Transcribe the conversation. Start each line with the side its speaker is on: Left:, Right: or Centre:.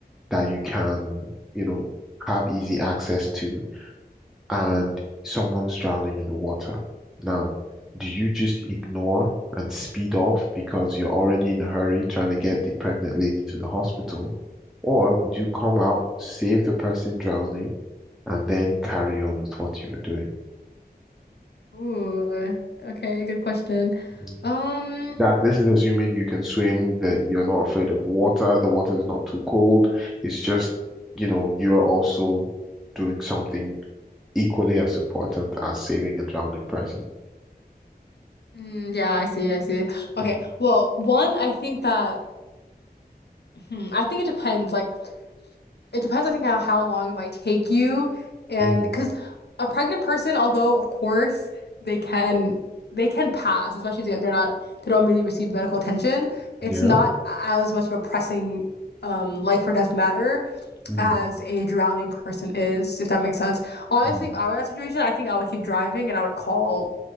Centre: that you can, you know, have easy access to, and someone's drowning in the water. Now, do you just ignore and speed off because you're already in a hurry trying to get the pregnant lady to the hospital? Or would you come out, save the person drowning, and then carry on with what you were doing?
Left: Ooh. Okay, good question.
Centre: Mm.
Left: Um
Centre: That this is assuming you can swim, that you're not afraid of water, the water is not too cold. It's just, you know, you're also doing something equally as important as saving a drowning person.
Left: mm, yeah, I see, I see.
Centre: Mm.
Left: Okay. Well, one, I think that hmm, I think it depends. Like it depends, I think, on how long it might take you. And
Centre: Mm.
Left: because a pregnant person, although of course they can they can pass, especially if they- they're not they don't really receive medical attention, it's
Centre: Yeah.
Left: not as much of a pressing um life or death matter
Centre: Mm,
Left: as a drowning person is, if that makes sense. Honestly,
Centre: mm.
Left: if I were in that situation, I think I would keep driving and I would call